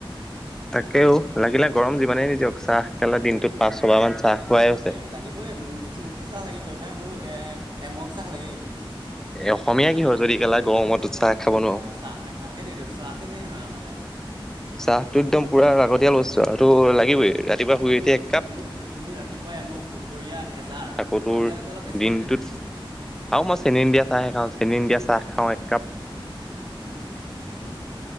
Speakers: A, in the centre; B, on the right.
A: তাকেও লাগিলে গৰম যিমানেই নিদিয়ক চাহ কেলা দিনটোত পাঁচ-ছবাৰ মান চাহ খোৱাই হৈছে।
B: এই
A: <inaudible>
B: লাগিবই মোৰটোক মোকতো চাহ লাগিবই ভাই মোৰ এ এমোগ চাহ লাগেই। <inaudible>
A: এ অসমীয়া কিহৰ যদি কেলা গৰমত‌ও চাহ খাব
B: অঁ
A: নোৱাৰো। <inaudible>
B: চাহ নেখাওহেই দিনটোত চাহটো মেইন হয় আমাৰ কাৰণে। <inaudible>
A: চাহটো একদম পুৰা লাগতিয়াল বস্তু আৰু চাহটো লাগিবই ৰাতিপুৱা শুই উঠি এক কাপ। <inaudible>
B: মোৰ-মোৰ ৰাতিপুৱাই এমগ, দুপৰীয়া এজাৰ,
A: আকৌ তোৰ
B: সন্ধিয়ালৈতো অলপ বেছি
A: দিনটোত
B: এ হৈ যায়। <inaudible>
A: আৰু মই চেনি নিদিয়া চাহে খাওঁ। চেনি নিদিয়া চাহ খাওঁ একাপ। <inaudible>
B: উম! <unintelligible>